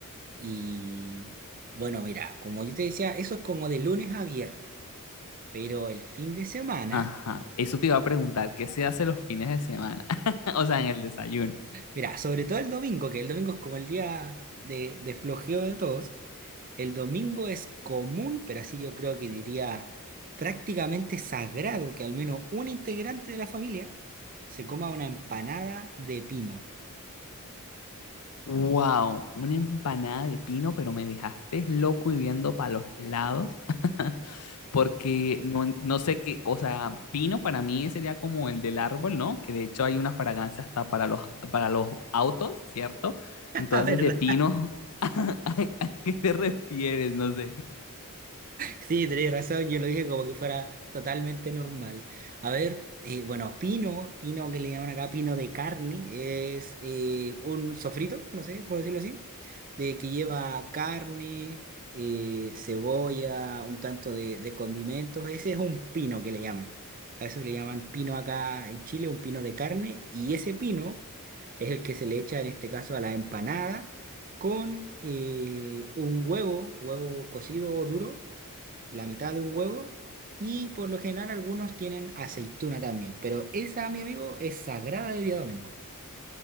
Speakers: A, on the right; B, on the left.
A: Y bueno, mira, como yo te decía, eso es como de lunes a viernes, pero el fin de semana...
B: Ajá, eso te iba a preguntar, ¿qué se hace los fines de semana? <laughs> O sea, en el desayuno.
A: Mirá, sobre todo el domingo, que el domingo es como el día de, de flojeo de todos. El domingo es común, pero así yo creo que diría prácticamente sagrado que al menos un integrante de la familia se coma una empanada de pino.
B: Wow, una empanada de pino, pero me dejaste loco y viendo para los lados, <laughs> porque no, en- no sé qué, o sea, pino para mí sería como el del árbol, ¿no? Que de hecho hay una fragancia hasta para los, para los autos, ¿cierto?
A: <laughs>
B: Entonces,
A: Ah, ¿verdad?
B: de pino, <laughs> ¿a qué te refieres? No sé.
A: Sí, tenés razón, yo lo dije como que fuera totalmente normal. A ver, eh, bueno, pino, pino que le llaman acá, pino de carne, es eh, un sofrito, no sé, por decirlo así de que lleva carne, eh, cebolla, un tanto de, de condimentos. Ese es un pino que le llaman. A eso le llaman pino acá en Chile, un pino de carne. Y ese pino es el que se le echa en este caso a la empanada con eh, un huevo, huevo cocido o duro, la mitad de un huevo. Y por lo general algunos tienen aceituna también. Pero esa, mi amigo, es sagrada de día domingo.